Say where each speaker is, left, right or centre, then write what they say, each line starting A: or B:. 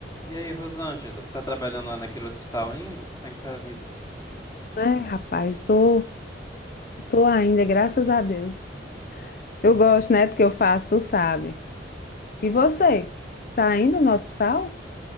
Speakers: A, on the left (about 20°); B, on the left (about 50°).
A: E aí, Rosângela, você tá trabalhando lá naquele hospital ainda? Como é que tá a vida?
B: É, rapaz, tô, tô ainda, graças a Deus. Eu gosto, né, do que eu faço, tu sabe. E você? Tá indo no hospital?